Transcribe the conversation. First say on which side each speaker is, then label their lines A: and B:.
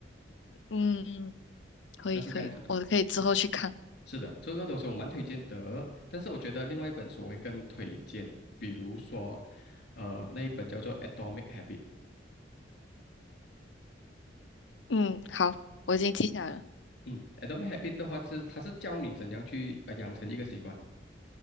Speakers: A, on the left (about 80°); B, on the left (about 60°).
A: 嗯，嗯，可以可以，
B: 它是这样子的。
A: 我可以之后去看。
B: 是的，这个东西我蛮推荐的，但是我觉得另外一本书我会更推荐，比如说，呃，那一本叫做《Atomic Habit》。
A: 嗯，好，我已经记下来了。
B: 嗯，《Atomic Habit》的话是它是教你怎样去呃养成一个习惯。